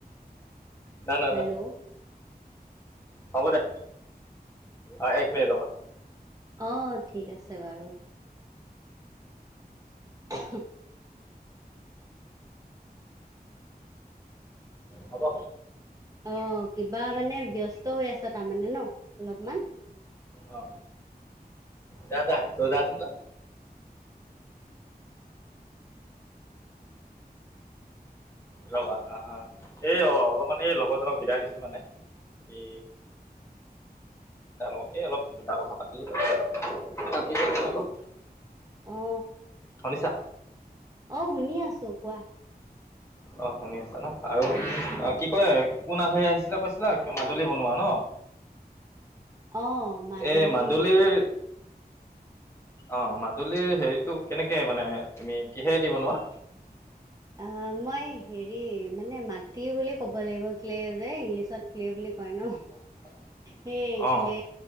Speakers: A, on the left; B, on the right.
A: না না
B: হেল্ল'
A: না হ'ব দে অ এক মিনিটৰ ৰৱা।
B: অ ঠিক আছে বাৰু। <unintelligible>
A: হ'ব।
B: অ কিবা মানে ব্যস্ত হৈ আছ তাৰমানে ন অলপমান।
A: অ যা যা তই যা চুন যা। ৰবা অ এই অ অলপমান এই লগৰজনক বিদায় দিছো মানে। এ। তাৰ লগতে এই অলপ দুটা কথা পাতিলো বাক তাকে বোলোঁ।
B: অ
A: শুনিছা।
B: অ শুনি আছোঁ কোৱা।
A: অ শুনি আছা ন আৰু অ কি কয় কোন আলহী আহিছিলে কৈছিলা মাদুলীৰ বনোৱা ন
B: অহ মাদুলী
A: এই মাদুলিৰ
B: এইবোৰ
A: অ মাদুলীৰ হেৰিটো কেনেকে মানে তুমি কিহেৰে দি বনোৱা?
B: অ মই হেৰি মানে মাটি বুলি ক'ব লাগিব ক্লে যে ইংলিছত ক্লে বুলি হয় ন
A: <unintelligible>
B: সেই
A: অ
B: ক্লে